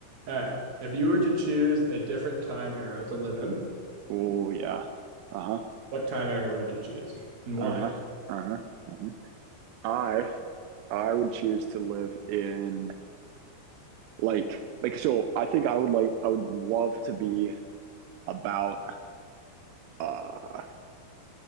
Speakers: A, on the right; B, on the right.
A: right. If you were to choose a different time era to live in,
B: Oh yeah. Uh huh.
A: what time era would you choose and why?
B: Uh-huh. Uh-huh. uh-huh. I I would choose to live in like like so I think I would like I would love to be about uh